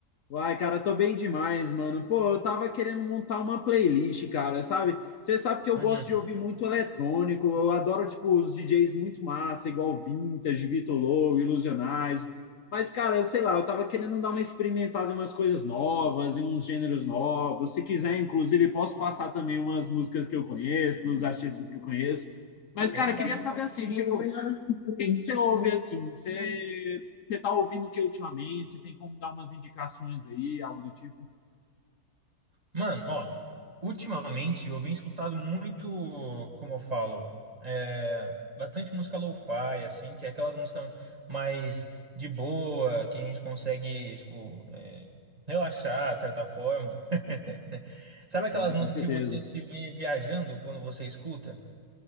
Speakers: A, on the left; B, on the right.
A: Uai, cara, tô bem demais, mano. Pô, eu tava querendo montar uma playlist, cara, sabe? Você sabe que eu
B: Hum,
A: gosto de ouvir muito eletrônico, eu adoro, tipo, os DJs muito massa, igual Vintage, Vitor Low, Ilusionais. Mas, cara, sei lá, eu tava querendo dar uma experimentada em umas coisas novas, em uns gêneros novos. Se quiser, inclusive, posso passar também umas músicas que eu conheço, dos artistas que eu conheço. Mas,
B: opa.
A: cara, queria saber assim, tipo, o que que você ouve assim? Você Você tá ouvindo o que ultimamente? Você tem como dar umas indicações aí, algo do tipo?
B: Mano, ó, ultimamente eu venho escutado muito, como eu falo, é, bastante música lo-fi, assim, que é aquelas músicas mais de boa, que a gente consegue, tipo, é, relaxar, de certa forma. <laughs> Sabe aquelas
A: Ah,
B: músicas
A: com certeza.
B: que você se vê viajando quando você escuta?